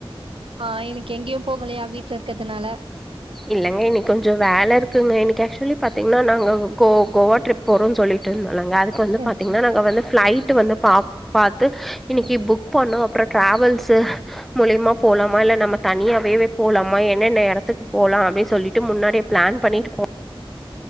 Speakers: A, on the right; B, in the centre.
A: ஆ இன்னைக்கு எங்கேயு போகலையா வீட்ல இருக்கறதுனால
B: இல்லங்க இன்னைக்கி கொஞ்சம் வேலை இருக்குங்க இன்னைக்கி ஆக்சுவலி பாத்தீங்கன்னா நாங்க கோ கோவா ட்ரிப் போறோம்னு சொல்லட்டு இருந்தோ நாங்க அதுக்கு வந்து
A: செரி
B: பாத்தீங்கன்னா
A: செரி
B: நாங்க வந்து ஃப்ளை ட்டு வந்து பா பாத்து இன்னைக்கி புக் பண்ணுனோம் அப்றோ டிராவல்ஸ் மூலியமா போலாமா இல்ல நம்ம தனியாவே போலாமா என்னென்ன இடத்துக்கு போலாம் அப்பிடின்னு சொல்லிட்டு முன்னாடியே பிளான் பண்ணிட்டு போ